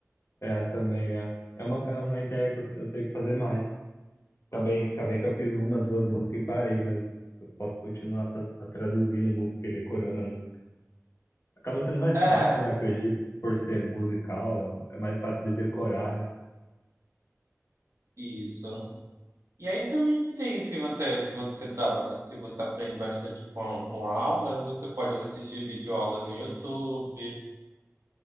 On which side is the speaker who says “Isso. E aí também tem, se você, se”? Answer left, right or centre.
Right